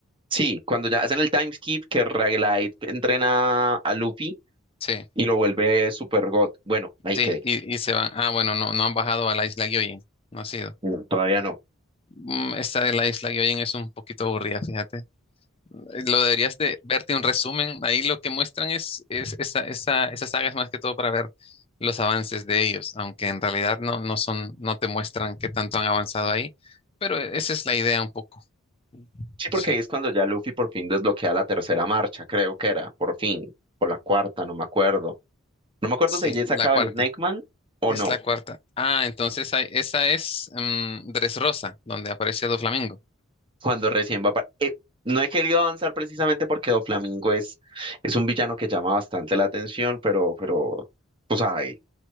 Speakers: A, on the right (about 25°); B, on the left (about 25°).
A: Sí, cuando ya hacen el time skip que Ragelight entrena a Luffy
B: Sí,
A: y lo vuelve Super God. Bueno, ahí
B: sí,
A: quedé.
B: y, y se van. Ah, bueno, no, no han bajado a la isla Gyojin. No ha sido.
A: No, todavía no.
B: Mm, Esta de la isla Gyojin es un poquito aburrida, fíjate. Lo deberías de verte un resumen. Ahí lo que muestran es, es esa, esa, esa saga es más que todo para ver los avances de ellos, aunque en realidad no, no son, no te muestran qué tanto han avanzado ahí, pero esa es la idea un poco.
A: Sí, porque
B: Sí,
A: ahí es cuando ya Luffy por fin desbloquea la tercera marcha, creo que era, por fin, o la cuarta, no me acuerdo. No me acuerdo
B: sí,
A: si ella sacaba
B: la cuarta.
A: el Snake Man o
B: Es
A: no,
B: la cuarta. Ah, entonces hay- esa es mm, Dressrosa, donde aparece Doflamingo.
A: cuando recién va para... no he querido avanzar precisamente porque Doflamingo es, es un villano que llama bastante la atención, pero, pero, pues hay,